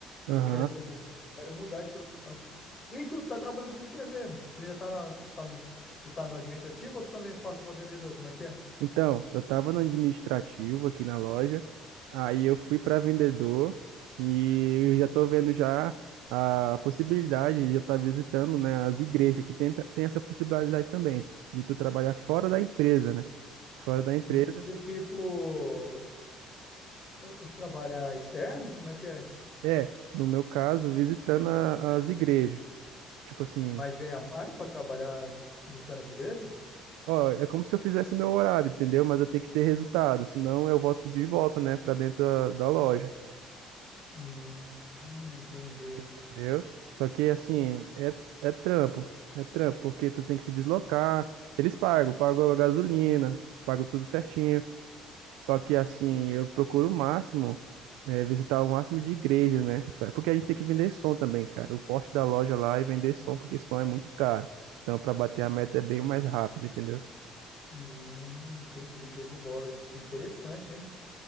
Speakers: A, on the left; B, on the right.
A: E
B: Aham.
A: eu quero, quero mudar de profissão. pô. E tu tá trabalhando com o quê mesmo? Tu ainda tá, na, tá no, tu tá no administrativo ou tu também passa pra vendedor? Como é que é?
B: Então, eu estava no administrativo aqui na loja, aí eu fui para vendedor e
A: Uhum.
B: eu já estou vendo já a possibilidade de eu estar visitando, né, as igrejas, que tem, tem essa possibilidade também, de tu trabalhar fora da empresa, né? Fora da empresa,
A: Hum, De tipo, eu, eu trabalhar externo, como é que é?
B: é, no meu caso, visitando a- as igrejas. Tipo assim,
A: Mas ganhar mais pra trabalhar visitando as igrejas?
B: ó, é como se eu fizesse meu horário, entendeu? Mas eu tenho que ter resultado, senão eu volto de volta, né, para dentro da da loja.
A: Hum, hum, entendi.
B: Entendeu? Só que assim, é, é trampo. É trampo, porque tu tem que se deslocar. Eles pagam, pagam a gasolina, pagam tudo certinho. Só que assim, eu procuro o máximo, é, visitar o máximo de igreja, né? Porque a gente tem que vender som também, cara. O forte da loja lá é vender som, porque som é muito caro. Então, para bater a meta é bem mais rápido, entendeu?
A: Hum, entendi, show de bola. Interessante, hein?